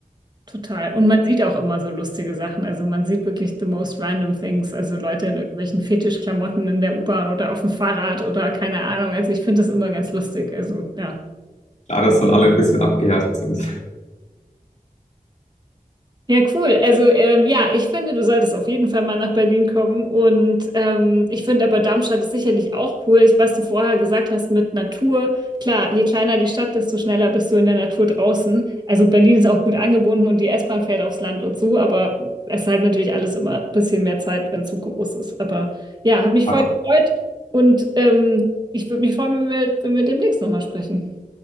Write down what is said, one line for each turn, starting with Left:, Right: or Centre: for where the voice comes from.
Right: Total. Und man sieht auch immer so lustige Sachen. Also man sieht wirklich the most random things. Also Leute in irgendwelchen Fetischklamotten in der U-Bahn oder auf dem Fahrrad oder keine Ahnung. Also ich finde das immer ganz lustig. Also ja.
Left: Klar, dass dann alle ein bisschen abgehärtet sind.
Right: Ja, cool. Also ähm, ja, ich finde, du solltest auf jeden Fall mal nach Berlin kommen. Und ähm, ich finde aber Darmstadt ist sicherlich auch cool. Ich, was du vorher gesagt hast mit Natur, klar, je kleiner die Stadt, desto schneller bist du in der Natur draußen. Also Berlin ist auch gut angebunden und die S-Bahn fährt aufs Land und so, aber es ist halt natürlich alles immer ein bisschen mehr Zeit, wenn es so groß ist. Aber ja, hat mich
Left: <laughs>
Right: voll gefreut und ähm, ich würde mich freuen, wenn wir, wenn wir demnächst nochmal sprechen.